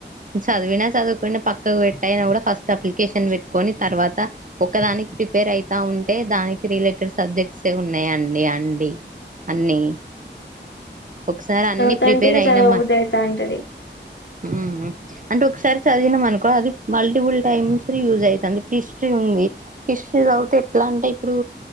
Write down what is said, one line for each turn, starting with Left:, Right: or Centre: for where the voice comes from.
Right: చదివినా చదువుకపోయిన పక్కకు పెట్టయినా కూడా ఫస్ట్ అప్లికేషన్ పెట్టుకొని తర్వాత ఒకదానికి ప్రిపేర్ అయితా ఉంటే దానికి రిలేటెడ్ సబ్జెక్ట్స్ ఏ ఉన్నాయండి అండీ అన్నీ ఒకసారి అన్ని
Left: చదువుతాంటే
Right: ప్రిపేర్
Left: ఇక
Right: అయినమనుకో
Left: చదవబుద్ధి అయితాంటది
Right: ఉహు అంటే ఒకసారి చదివినం అనుకో అది మల్టిపుల్ టైమ్స్ యూజ్ అవుతుంది ఇప్పుడు హిస్టరీ ఉంది హిస్టరీ చదువుతే ఎట్లా అంటే ఇప్పుడు